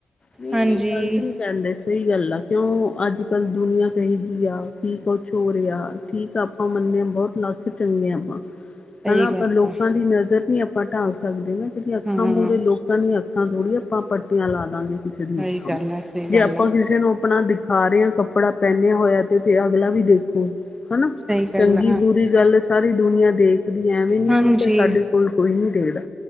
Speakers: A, on the left; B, on the right.
A: ਨਈਂ
B: ਹਾਂਜੀ
A: ਗਲਤ ਨੀਂ ਕੈਂਦੇ ਸੀ। ਸਈ ਗੱਲ ਆ ਕਿਉਂ ਅੱਜ-ਕਲ ਦੁਨੀਆਂ ਕਿਹੋ ਜੀ ਆ, ਠੀਕ ਕੁਛ ਹੋ ਰਿਆ। ਠੀਕ ਅਪ ਅਮੰਨੇ ਬੋਤ ਲੱਖ ਚੰਗੇ ਆਂ ਆਪਾਂ।
B: <inaudible>
A: ਹਨਾਂ ਆਪਾਂ ਲੋਕਾਂ
B: ਹੈ
A: ਦੀ ਨਜ਼ਰ ਨੀਂ ਆਪਾਂ ਢਾਲ ਸਕਦੇ ਨਾਂ, ਜੇੜੀਆਂ ਅੱਖਾਂ
B: ਹਾਂ
A: ਮੂਹਰੇ ਲੋਕ ਆਪਣੀਆਂ ਅੱਖਾਂ ਥੋੜ੍ਹੀ ਆ ਆਪਾਂ ਪੱਟੀਆਂ ਲਾ ਦਾਂਗੇ ਕਿਸੇ ਦੀਆਂ
B: ਸਹੀ
A: ਅੱਖਾਂ
B: ਗੱਲ
A: ਨੂੰ।
B: ਹੈ ਸਹੀ
A: ਜੇ
B: ਗੱਲ
A: ਆਪਾਂ
B: ਹੈ
A: ਕਿਸੇ ਨੂੰ ਆਪਣਾ ਦ ਸਾਰਿਆਂ ਕੱਪੜਾ ਪਹਿਨਿਆਂ ਹੋਇਆ ਤੇ ਫਿਰ ਅਗਲਾ ਵੀ ਦੇਖੂ। ਹਨਾਂ,
B: ਸਹੀ ਗੱਲ
A: ਚੰਗੀ-ਬੁਰੀ
B: ਹੈ
A: ਗੱਲ
B: ਹਾਂਜੀ
A: ਸਾਰੀ ਦੁਨੀਆਂ ਦੇਖਦੀ ਐਵੇਂ ਨੀਂ
B: ਹਾਂਜੀ
A: ਆ ਕਿ ਸਾਡੇ ਕੋਲ ਕੋਈ ਨ੍ਹੀਂ ਦੇਖਦਾ